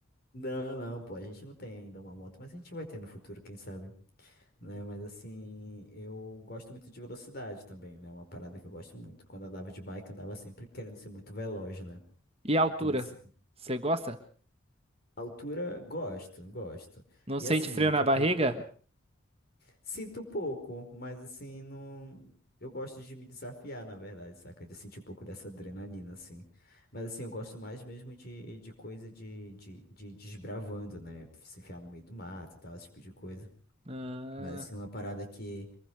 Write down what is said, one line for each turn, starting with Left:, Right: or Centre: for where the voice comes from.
Left: Não, não, pô, a gente não tem ainda uma moto, mas a gente vai ter no futuro, quem sabe. né? Mas assim, eu gosto muito de velocidade também, né? Uma parada que eu gosto muito. Quando eu andava de bike, eu andava sempre querendo ser muito veloz, né?
Right: E a altura?
Left: Então, assim,
Right: Você gosta?
Left: altura, gosto, gosto.
Right: Não
Left: E
Right: sente
Left: assim,
Right: frio
Left: outra
Right: na barriga?
Left: coisa, sinto um pouco, mas assim, não. Eu gosto de me desafiar, na verdade, saca? De sentir um pouco dessa adrenalina, assim. Mas assim, eu gosto mais mesmo de, de coisa de, de, de desbravando, né? Se enfiar no meio do mato e tal, esse tipo de coisa.
Right: Ah,
Left: Mas assim, uma parada que